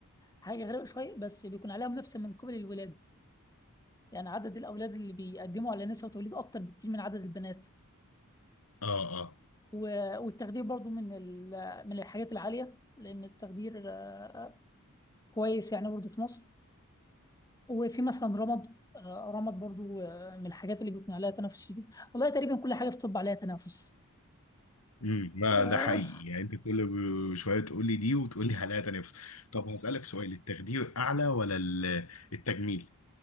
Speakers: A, on the left; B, on the left.
A: حاجة غريبة شوية بس بيكون عليها منافسة من قبل الولاد يعني عدد الأولاد اللي بيقدموا على نسبة توليد أكتر بكتير من عدد البنات
B: اه اه
A: و- والتخدير برضو من ال- من الحاجات العالية لأن التخدير آه، آه، كويس يعني برضو في مصر وفي مثلا رمض آه، رمض برضو آه، من الحاجات اللي بيكون عليها تنافس شديد والله تقريبا كل حاجة في الطب عليها تنافس
B: امم ما
A: آه،
B: ده حقيقي يعني انت كل ب- شويه تقول لي دي وتقول لي حلقه تانيه في- طب هسألك سؤال التخدير اعلى ولا ال- التجميل